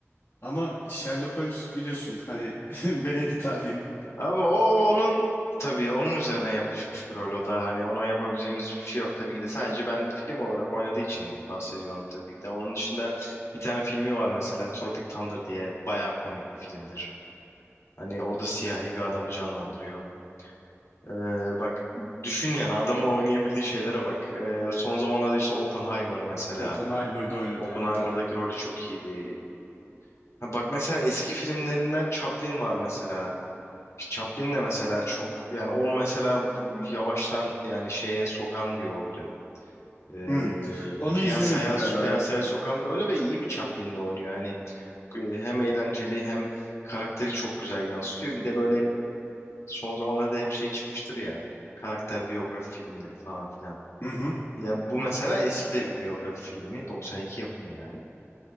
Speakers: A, on the left (about 55°); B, on the left (about 80°).
A: ama Sherlock Holmes biliyorsun hani <laughs> Benedict abin
B: Abi o onun tabii onun üzerine yapışmış bir rol o da hani ona yapabileceğimiz hiçbir şey yok. Tabii ki de sadece ben film olarak oynadığı için bahsediyorum tabii ki de. Onun dışında bir tane filmi var mesela Tropic Thunder diye bayağı komik bir filmdir. Hani orada siyahi bir adamı canlandırıyor. Ee, bak düşün yani adamın oynayabildiği şeylere bak. Ee, son zamanlarda işte Oppenheimer mesela.
A: Oppenheimer'da oynadı
B: Oppenheimer'daki
A: evet abi.
B: rolü çok iyiydi. Ha, bak mesela eski filmlerinden Chaplin var mesela. İşte Chaplin de mesela çok yani onu mesela bu, yavaştan yani şeye sokan bir roldü. Ee,
A: Hı. Onu
B: piyasaya
A: izlemedim galiba
B: piyasaya
A: ya.
B: sokan bir roldü ve iyi bir Chaplin'de oynuyor. Yani e, hem eğlenceli hem karakteri çok güzel yansıtıyor. Bir de böyle Son zamanlarda hep şey çıkmıştır ya. Karakter biyografi filmleri falan filan.
A: Hı hı.
B: Ya bu mesela eski de bir biyografi filmi. 92 yapımı yani.